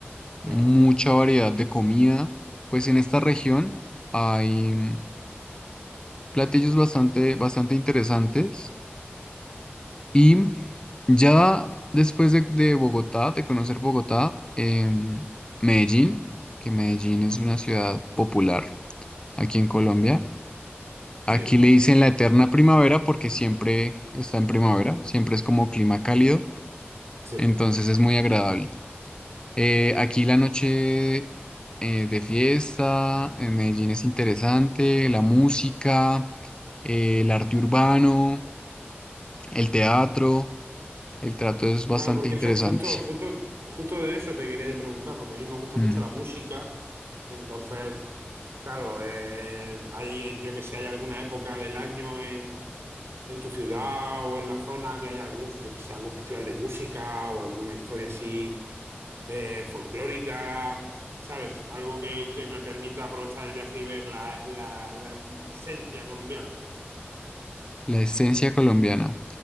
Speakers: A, on the right; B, on the left.
A: Claro.
B: mucha variedad de comida. Pues en esta región hay mm, platillos bastante, bastante interesantes. Y ya después de, de Bogotá, de conocer Bogotá, em, Medellín, que Medellín es una ciudad popular aquí en Colombia.
A: Sí,
B: Aquí le dicen la eterna primavera porque siempre está en primavera, siempre es como clima cálido,
A: sí.
B: entonces es muy agradable. Eh, aquí la noche eh, de fiesta en Medellín es interesante, la música, eh, el arte urbano, el teatro, el trato es bastante
A: Claro, porque
B: interesante.
A: eso, justo, justo, justo de eso te quería yo preguntar, porque a mí me gusta
B: Mm,
A: mucho la música. Entonces, claro, eh, hay, eh, yo que sé, hay alguna época del año en, en tu ciudad o en la zona que haya algún, yo que sé, algún festival de música o alguna historia así eh, folclórica, ¿sabes? Algo que, que me permita aprovechar el viaje y ver la, la- la esencia colombiana.
B: La esencia colombiana.